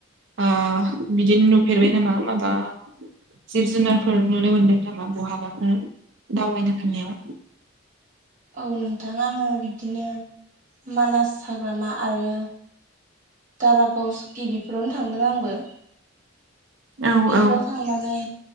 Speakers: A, on the right (about 60°); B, on the right (about 40°).
A: ओ बिदिनो नुफेरबाय नामा? माबा जिब-जुनारफोर नुनो मोनदों नामा बहाबाफोर दावबायनो थानायाव?
B: <inaudible> औ नोंथाङा आङो बिबदिनो मानास साग्रामा आरो दारागाव सुति बेफोरावनो थांदों आंबो
A: औ
B: बेफोराव
A: औ
B: थांनानै